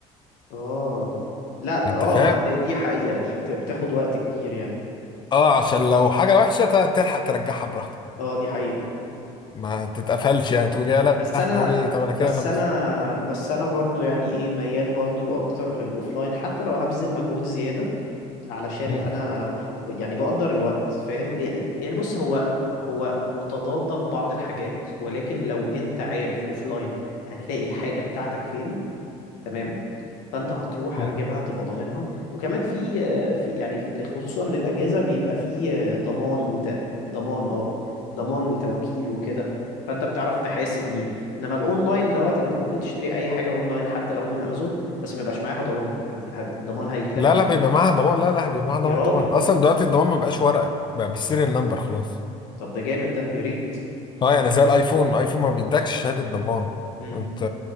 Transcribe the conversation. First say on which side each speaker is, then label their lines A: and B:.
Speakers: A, on the left; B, on the left.
A: اه لا
B: انت
A: اه
B: فاهم
A: ما دي, دي حقيقة دي بت- بتاخد وقت كتير يعني
B: اه عشان لو حاجة وحشة ت- تلحق ترجعها براحتك
A: اه دي حقيقة
B: ما تتقفلش يعني تقول يا
A: بس
B: لهوي
A: انا
B: طب انا كده
A: بس
B: لابس
A: انا بس انا برضو يعني ايه ميال برضو اكتر للاوفلاين حتى لو هبذل مجهود زيادة علشان
B: مم.
A: انا بف... يعني بقدر الوقت فاهم يعني يعني بص هو هو متضاد في بعض الحاجات ولكن لو انت عارف اوفلاين هتلاقي الحاجة بتاعتك فين تمام فانت هتروح
B: مم.
A: هتجيبها تبقى ضامنها وكمان في آه، في يعني في- خصوصا للأجهزة بيبقى في آه، ضمان وت... ضمان اه ضمان وتوكيل وكده فانت بتعرف تحاسب مين انما الاونلاين دوت انت ممكن تشتري اي حاجة اونلاين حتى لو من امازون بس ما يبقاش معاها ضمان هت... هت... الضمان هيجي لك
B: لا
A: منين
B: لا بيبقى معاها ضمان لا لا بيبقى معاها
A: يا
B: ضمان
A: راجل
B: طبعا اصلا دلوقتي الضمان ما بقاش ورقة بقى بالسيريال نمبر خلاص
A: طب ده جامد ده يا ريت
B: اه يعني زي الايفون الايفون ما بيدكش شهادة ضمان
A: امم
B: انت